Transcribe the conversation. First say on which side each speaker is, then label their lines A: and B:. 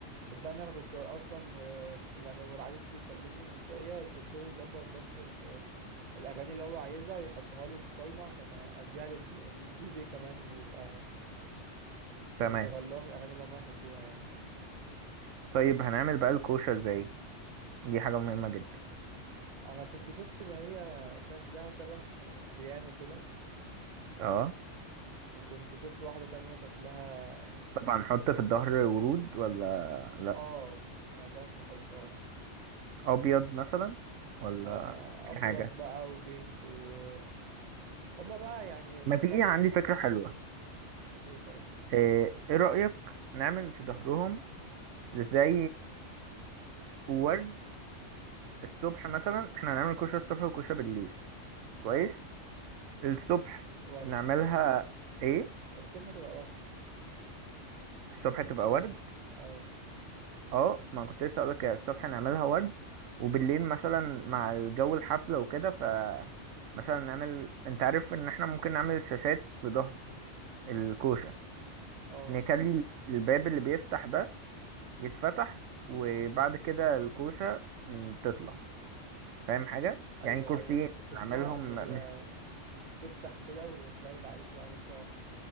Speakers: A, on the right (about 40°); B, on the right (about 85°).
A: صدقني انا كنت اصلا آه، يعني هو العريس بيكلمني من شوية قلت له يظبط بس الاغاني اللي هو عايزها ويحطها لي في قائمه عشان اديها لل- للدي جي كمان يبقى يشغل
B: تمام
A: لهم الاغاني اللي هم يحبوها يعني
B: طيب هنعمل بقى الكوشة ازاي دي حاجة مهمة جدا
A: انا كنت شفت اللي هي شكلها شبه بيانو كده
B: اه
A: وكنت شفت واحده تانية شكلها
B: طبعا نحط في الظهر ورود ولا لأ
A: اه انا شايف ان احط اه
B: ابيض مثلا ولا
A: آه،
B: في
A: ابيض
B: حاجه
A: بقى وبينك و هما بقى يعني
B: ما
A: نخلي
B: تيجي عندي فكره حلوه
A: ايه طيب
B: ايه إيه رايك نعمل في ظهرهم زي ورد الصبح مثلا احنا هنعمل كشري الصبح وكشري بالليل كويس
A: اه
B: الصبح
A: ورد
B: نعملها ايه
A: الصبح تبقى ورد
B: الصبح تبقى ورد
A: اه
B: اه ما أنا كنت لسه اقولك كده، الصبح نعملها
A: ماشي
B: ورد وبالليل مثلا مع الجو الحفله وكده ف مثلا نعمل انت عارف ان احنا ممكن نعمل شاشات في ظهر الكوشه
A: اه
B: نخلي الباب اللي بيفتح ده يتفتح وبعد كده الكوشة م، تطلع فاهم حاجة
A: ايوه
B: يعني كرسيين
A: ايوه كنت شفتها
B: نعملهم
A: قبل كده
B: مش
A: بتفتح كده وتلاقي العريس والعروسة